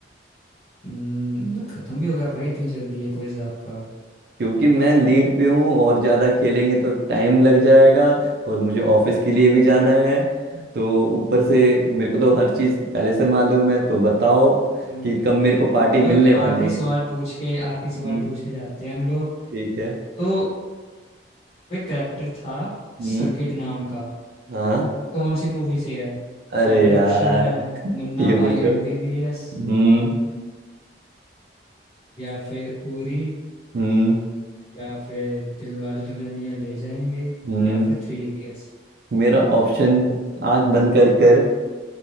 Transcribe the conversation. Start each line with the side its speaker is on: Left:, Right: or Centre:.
Left: हम्म, मतलब खत्म भी हो गया भाई इतनी जल्दी है क्विज आपका
Right: क्योंकि मैं लीड पे हूँ और ज्यादा खेलेंगे तो टाइम लग जाएगा और मुझे ऑफिस के लिए भी जाना है तो ऊपर से मेरे को तो हर चीज पहले से मालूम है तो बताओ
Left: मतलब मेरे
Right: कि कब मेरे
Left: को
Right: को पार्टी
Left: चलो
Right: मिलने
Left: एक
Right: वाली
Left: आखिरी सवाल
Right: है
Left: पूछ के आखिरी सवाल
Right: हम्म
Left: पूछ के जाते हैं हम लोग
Right: ठीक है
Left: तो एक करेक्टर था
Right: हम्म
Left: सर्किट नाम का
Right: हाँ
Left: कौन सी मूवी से है
Right: अरे
Left: आपके
Right: यार
Left: ऑप्शन है मुन्ना
Right: ठीक है
Left: भाई
Right: पूछो
Left: एमबीबीएस
Right: हम्म
Left: या फिर उरी
Right: हम्म
Left: या फिर दिलवाले दुल्हनिया ले जाएंगे
Right: हम्म
Left: या फिर थ्री इडियट्स
Right: मेरा ऑप्शन आंख बंद कर कर